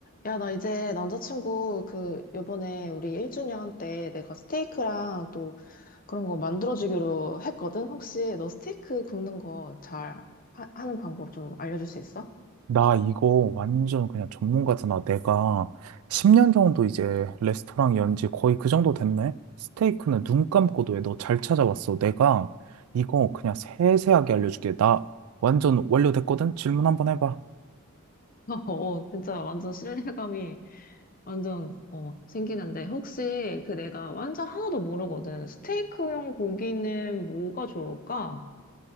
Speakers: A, on the left (about 40°); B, on the right (about 90°).
A: 야, 나 이제 남자친구 그 요번에 우리 1주년 때 내가 스테이크랑 또 그런 거 만들어주기로 했거든? 혹시 너 스테이크 굽는 거 잘 하는 방법 좀 알려줄 수 있어?
B: 나 이거 완전 그냥 전문가잖아. 내가 10년 정도 이제 레스토랑 연지 거의 그 정도 됐네? 스테이크는 눈 감고도 왜 너 잘 찾아왔어. 내가 이거 그냥 세세하게 알려줄게. 나 완전 완료됐거든? 질문 한번 해봐.
A: <laughs> 어, 진짜 완전 신뢰감이 완전 어, 생기는데 혹시 그 내가 완전 하나도 모르거든. 스테이크용 고기는 뭐가 좋을까?